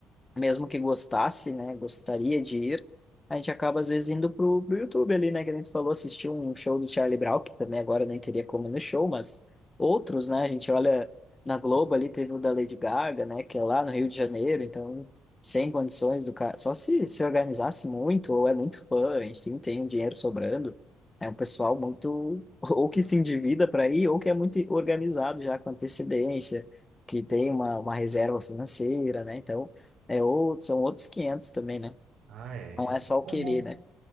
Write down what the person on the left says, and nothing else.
mesmo que gostasse, né, gostaria de ir, a gente acaba às vezes indo pro, pro YouTube ali, né, que a gente falou, assistiu um show do Charlie Brown, que também agora nem teria como ir no show, mas outros, né, a gente olha na Globo ali, teve o da Lady Gaga, né, que é lá no Rio de Janeiro, então sem condições do cara, só se se organizasse muito, ou é muito fã, enfim, tem um dinheiro sobrando, é um pessoal muito, <laughs> ou que se endivida para ir, ou que é muito organizado já com antecedência, que tem uma, uma reserva financeira, né, então é outro, são outros 500 também, né?
Não é só o
querer, né?